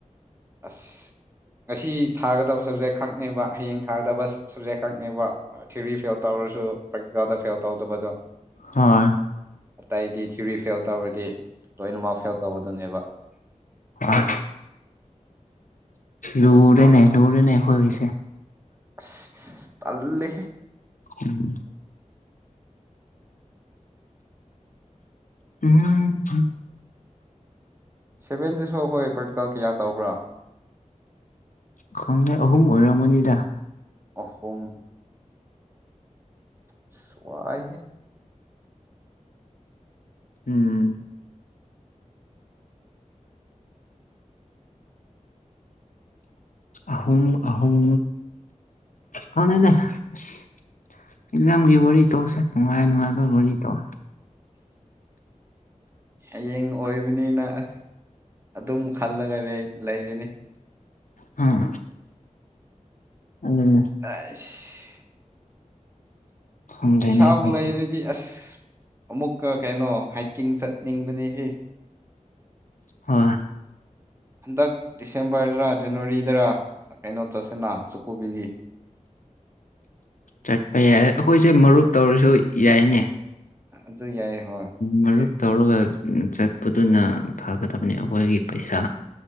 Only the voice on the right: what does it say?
ꯑꯁ ꯉꯁꯤ ꯊꯥꯒꯗꯕ ꯁꯕꯖꯦꯛ ꯈꯛꯅꯦꯕ ꯍꯌꯦꯡ ꯊꯥꯒꯗꯕ ꯁꯕꯖꯦꯛ ꯈꯛꯅꯦꯕ ꯊꯤꯔꯤ ꯐꯦꯜ ꯇꯧꯔꯁꯨ ꯄ꯭ꯔꯥꯛꯇꯤꯀꯦꯜꯗ ꯐꯦꯜ ꯇꯧꯗꯕꯗꯣ
ꯑꯇꯩꯗꯤ ꯊ꯭ꯌꯨꯔꯤ ꯐꯦꯜ ꯇꯧꯔꯗꯤ ꯂꯣꯏꯅꯃꯛ ꯐꯦꯜ ꯇꯧꯕꯗꯨꯅꯦꯕ
ꯑꯁ‌ ꯇꯜꯂꯦꯍꯦ
ꯁꯚꯦꯟꯗꯁꯨ ꯑꯩꯈꯣꯏ ꯄ꯭ꯔꯥꯛꯇꯤꯀꯦꯜ ꯀꯌꯥ ꯇꯧꯕ꯭ꯔꯥ
ꯑꯍꯨꯝ ꯑꯁ ꯋꯥꯏꯍꯦ
ꯍꯌꯦꯡ ꯑꯣꯏꯕꯅꯤꯅ ꯑꯁ ꯑꯗꯨꯝ ꯈꯜꯂꯒ ꯂꯩ ꯂꯩꯔꯦꯅꯦ
ꯑꯥꯏꯁ
ꯄꯩꯁꯥꯕꯨ
ꯂꯩꯔꯗꯤ ꯑꯁ ꯑꯃꯨꯛꯀ ꯀꯩꯅꯣ ꯍꯥꯏꯛꯀꯤꯡ ꯆꯠꯅꯤꯡꯕꯅꯦꯍꯦ
ꯍꯟꯗꯛ ꯗꯤꯁꯦꯝꯕꯔꯗꯔ ꯖꯅꯋꯥꯔꯤꯗꯔ ꯀꯩꯅꯣ ꯆꯠꯁꯤꯅ ꯆꯨꯀꯣꯕꯤꯂꯤ
ꯑꯗꯨ ꯌꯥꯏ ꯍꯣꯏ
ꯁꯤ